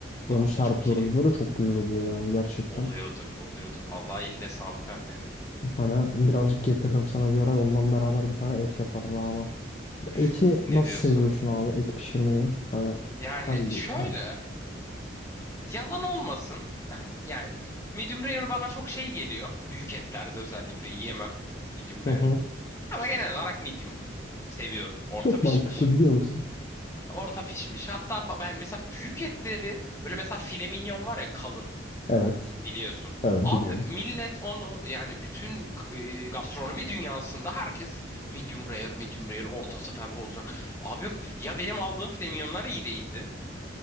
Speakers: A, on the left (about 35°); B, on the left (about 15°).
A: Onu
B: Abi
A: serpiyoruz
B: çok iyi.
A: böyle çok güzel oluyor yani gerçekten.
B: Oluyordur, oluyordur. Vallahi eline sağlık annenin.
A: Hani birazcık getiririm sana bir ara ondan beraber bir tane et yaparız abi.
B: Üf,
A: Eti
B: ne
A: nasıl
B: diyorsun?
A: seviyorsun abi et pişirmeyi? Hani
B: Yani
A: hangi,
B: şöyle,
A: hangi?
B: yalan olmasın. Ha, yani medium rare bana çok şey geliyor. Büyük etlerde özellikle yiyemem medium rare.
A: Hı hı.
B: Ama genel olarak medium. Seviyorum. Orta
A: Çok
B: pişmiş.
A: mantıklı biliyor musun?
B: Orta pişmiş. Hatta ba- ben mesela büyük etleri böyle mesela file mignon var ya kalın.
A: Evet.
B: Biliyorsun.
A: Evet
B: Abi
A: biliyorum.
B: millet onu yani bütün e, gastronomi dünyasında herkes medium rare, medium rare, ortası pembe olacak. Abi yok ya benim aldığım filmyonlar iyi değildi